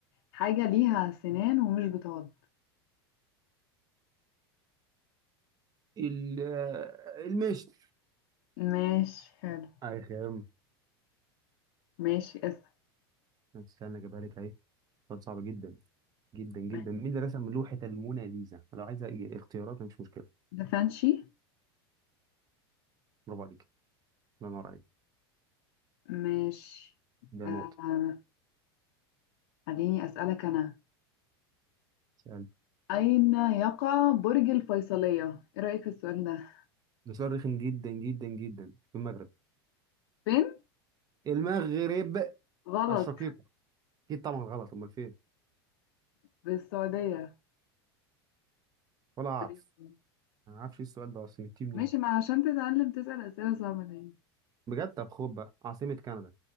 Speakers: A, on the left; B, on the right.
A: حاجة ليها سنان ومش بتعض
B: ال- آه، المشت
A: ماشي حلو
B: اي خام
A: ماشي اسأل
B: استنى اجيبها لك اهي سؤال صعب جدا جدا جدا
A: ماشي.
B: مين اللي رسم لوحه الموناليزا لو عايزه إي- اختيارات مفيش مشكله
A: دافنشي
B: برافو عليك الله ينور عليك
A: ماشي
B: ده
A: أم...
B: نقطه
A: خليني أسألك أنا
B: سأل
A: أين يقع برج الفيصلية؟ إيه رأيك في السؤال ده؟
B: ده سؤال رخم جدا جدا جدا في المغرب
A: فين؟
B: المغرب
A: غلط
B: الشقيق اكيد طبعا غلط امال فين
A: في السعودية
B: ولا اعرف
A: تقريباً.
B: انا ما اعرفش ايه السؤال ده اصلا جبتيه منين
A: ماشي ما عشان تتعلم تسأل أسئلة صعبة دي
B: بجد طب خد بقى عاصمة كندا